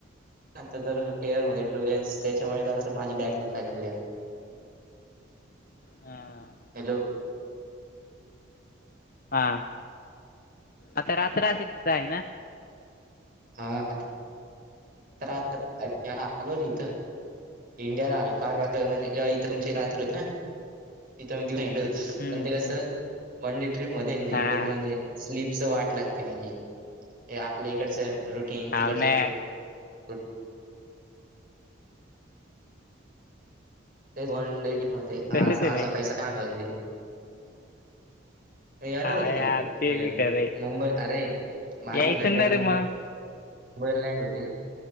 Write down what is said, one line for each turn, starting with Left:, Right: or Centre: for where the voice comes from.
Right: आता तर एअरमध्ये ट्रुलेन्स त्याच्यामुळे जर माझी बॅग दुखायला लागली.
Left: हा.
Right: हॅलो
Left: हा आता रात सधताय ना.
Right: हा आता <unintelligible> आलो रे इथं. <unintelligible> इंडियाला आलो काल रात म्हणजेवा इथरुमची रात्री होते ना. <unintelligible> तिथं मी दिवा हिडत
Left: हम्म
Right: पण ते
Left: हम्म
Right: कसं. <unintelligible> वन डे ट्र्रीप मध्ये म्हजे
Left: हा
Right: पूर्ण म्हणजे स्लीपच वाट लागते म्हणजे. हे आपल्या इकडच रुटीन
Left: हाव
Right: तिकडच रुटीन
Left: ना यार
Right: <unintelligible> वन डे ट्रीप मध्ये
Left: तसच
Right: आज
Left: आहे
Right: आज
Left: भाई
Right: सकाळी सकाळी <unintelligible> ल हो येणाररच.
Left: हा यार
Right: तुझ्या
Left: ते बी
Right: घरी
Left: खरं आहे
Right: मुंबई अरे माझी
Left: यायचं
Right: फ्लट
Left: ना
Right: आहे मुंबई
Left: रे मग
Right: बईर लँड होते ना